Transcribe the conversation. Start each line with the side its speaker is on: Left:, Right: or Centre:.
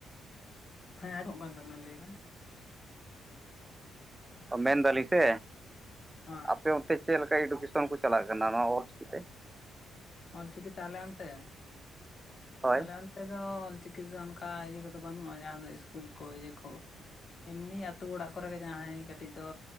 Left: ᱦᱮᱸ ᱟᱡᱚᱢᱚᱜ ᱠᱟᱱ ᱛᱟ. ᱵᱤᱱᱟ ᱞᱟᱹᱭᱵᱤᱱ
Right: ᱢᱮᱱᱫᱟᱞᱤ ᱥᱮ
Left: ᱦᱮᱸ
Right: ᱟᱯᱮ ᱪᱮᱫ ᱞᱮᱠᱟ ᱮᱰᱩᱠᱮᱥᱟᱱ ᱠᱚ ᱪᱟᱞᱟᱜ ᱠᱟᱱᱟ ᱱᱚᱣᱟ ᱚᱞ ᱪᱤᱠᱤ ᱛᱮ
Left: ᱚᱞᱪᱤᱠᱤᱛᱮ ᱟᱞᱮ ᱚᱱᱛᱮ
Right: ᱦᱳᱭ
Left: ᱟᱞᱮ ᱚᱱ ᱱᱚᱛᱮ ᱫᱚ ᱚᱞᱪᱤᱠᱤ ᱛᱮᱫᱚ ᱚᱱᱠᱟ ᱤᱭᱟᱹ ᱠᱚᱫᱚ ᱵᱟᱹᱱᱩᱜᱼᱟ ᱡᱟᱦᱟᱸ ᱫᱚ ᱤᱥᱠᱩᱞ ᱠᱚ ᱤᱭᱟᱹ ᱠᱚ ᱮᱢᱱᱤ ᱟᱛᱳ ᱚᱲᱟᱜ ᱠᱚᱨᱮ ᱜᱮ ᱡᱟᱦᱟᱸᱭ ᱠᱟᱹᱴᱤᱡ ᱫᱚ